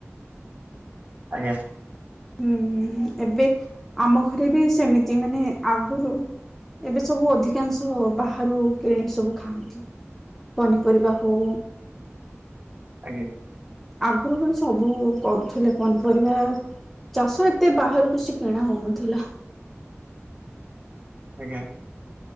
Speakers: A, on the right; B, in the centre.
A: ଆଜ୍ଞା
B: ହୁଁ ଏବେ ଆମ ଘରେ ବି ସେମିତି ମାନେ ଆଗରୁ ଏବେ ସବୁ ଅଧିକାଂଶ ବାହାରୁ କିଣି ସବୁ ଖାଆନ୍ତି ପନିପରିବା ହଉ
A: ଆଜ୍ଞା
B: ଆଗରୁ ଭଳେ ସବୁ କରୁଥିଲେ ପନିପରିବା ଚାଷ ଏତେ ବାହାରୁ କିଛି କିଣା ହଉନଥିଲା
A: ଆଜ୍ଞା